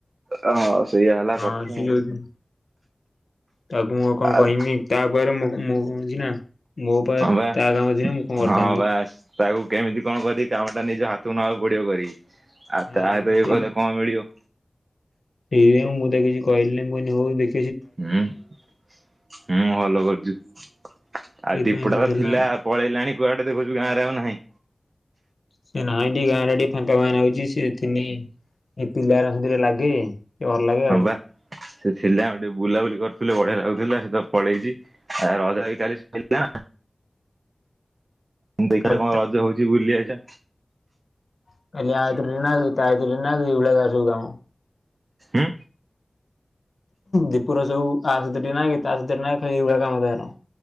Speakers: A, on the right (about 65°); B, on the left (about 75°).
A: ହଁ ସେଇୟା ହେଲା
B: ହଁ
A: କଥା
B: ସିଏ ଯୋଉ ଦିନ ତାକୁ ମୁଁ କଣ
A: ଆଉ
B: କହମି ତା ଉପରେ ମୁ ମୁଁ କଣଛି ନା ମୋ ତା
A: ହଁ ବା
B: କାମ ଥିଲେନ ମୁଁ କଣ କରିଥାନ୍ତି।
A: ହଁ ବା ତାକୁ କେମିତି କଣ କରିକି କାମ ଟା ନିଜ ହାତକୁ ନେବାକୁ ପଡିବ କରି। ଆଉ
B: ହଁ
A: ତା <unintelligible>
B: ସେଇ
A: କଣ ମିଳିବ?
B: ସେଇଥିପାଇଁ ମୁଁ ତାକୁ କିଛି କହିଲିନି ମୁଁ କହିଲି ହଉ ଦେ
A: ହୁଁ ହୁଁ ଭଲ କରୁଛୁ ଆଉ
B: ସେଇଥିପାଇଁ
A: ଦୀପୁଟା
B: ଏମିତି
A: ତ
B: ହେଲା
A: ଥିଲା ପଳେଇଲାଣି କୁଆଡେ ଦେଖଉଛୁ ଗାଁ ରେ ଆଉ ନାହିଁ।
B: ସେ ନାଇଁ ଟିକେ ଗାଁରେ ଟିକେ ଫାଙ୍କା ଫାଙ୍କା ନାଗୁଛି ସେ ଥିଲେ ଏ ପିଲାଆରା ସାଥିରେ ଲାଗେ। ଟିକେ ଭଲ ଲାଗେ
A: ହଁ
B: ଆଉ।
A: ବା ସେ ଥିଲା ଆଉ ଟିକେ ବୁଲାବୁଲି କରୁଥିଲେ ବଢିଆ ଲାଗୁଥିଲା ସେ ତ ପଳେଇଛି ଆ ରଜ ବି କାଲି ସରିଲା। ଦେଖିବା
B: ଖାଲି ତା
A: କଣ ରଜ ହଉଛି ବୁଲି ଆ ଚା
B: <unintelligible>
A: ଉ
B: ଦୀପୁର ସବୁ ଆ ସାଥିରେ ଟିକେ ନାଗିବି ତା ସାଥିରେ ନାଗିବି ଏଇଭଳିଆ କାମ ତାର।